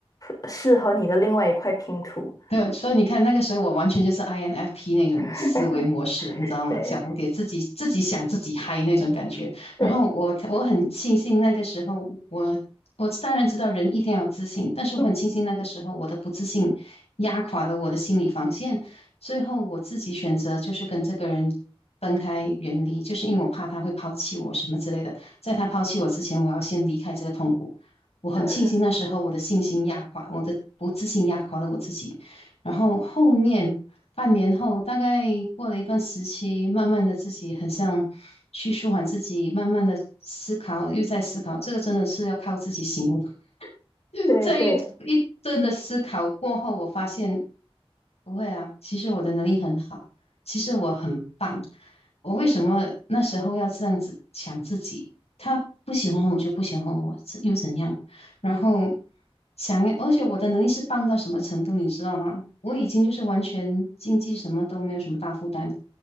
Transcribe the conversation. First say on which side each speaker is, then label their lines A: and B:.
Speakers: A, on the left; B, on the left.
A: 呃适合你的另外一块拼图。
B: 对，所以你看那个时候我完全就是 INFP 那种思维模式，
A: <laughs>
B: 你知道吗？
A: 对
B: 小蝴蝶自己自己想自己嗨那种感觉。
A: 对，
B: 然后我我很庆幸那个时候我我当然知道人一定要有自信，但是我很庆幸那个时候我的不自信压垮了我的心理防线，
A: 嗯，
B: 最后我自己选择就是跟这个人分开远离，就是因为我怕他会抛弃我什么之类的。在他抛弃我之前，我要先离开这个痛苦。我很庆幸那时候我的信心压垮，
A: 对
B: 我的不自信压垮了我自己。然后后面半年后，大概过了一段时期，慢慢的自己很像去舒缓自己，慢慢的思考，又在思考，这个真的是要靠自己醒悟。就是这一一顿的思考过后，
A: 对对
B: 我发现不会啊，其实我的能力很好，其实我很棒，我为什么那时候要这样子想自己？他不喜欢我就不喜欢我，是又怎样？然后想要，而且我的能力是棒到什么程度，你知道吗？我已经就是完全经济什么都没有什么大负担，